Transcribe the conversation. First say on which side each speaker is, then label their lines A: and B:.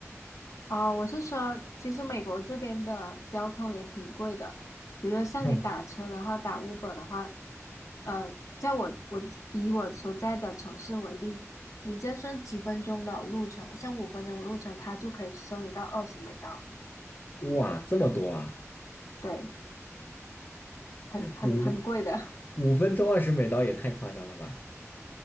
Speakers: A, on the left (about 80°); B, on the left (about 35°).
A: 哦，我是说，其实美国这边的交通也挺贵的，比如说像你打车的话，
B: <laughs>
A: 打 Uber 的话，呃，在我我以我所在的城市为例，你就算几分钟的路程，像五分钟的路程，它就可以收你到二十美刀，
B: 哇，这么多啊！
A: 对，很很很贵的。
B: 五
A: <laughs>
B: 五分钟二十美刀也太夸张了吧！